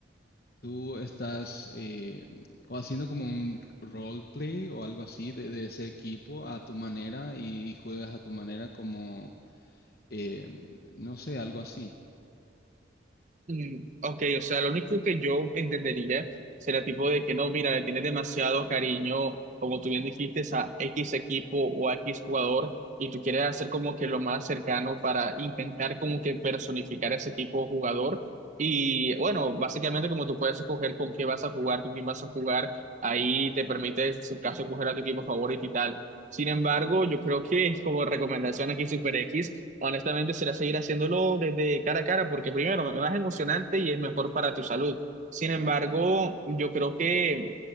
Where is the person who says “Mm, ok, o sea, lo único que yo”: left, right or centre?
Right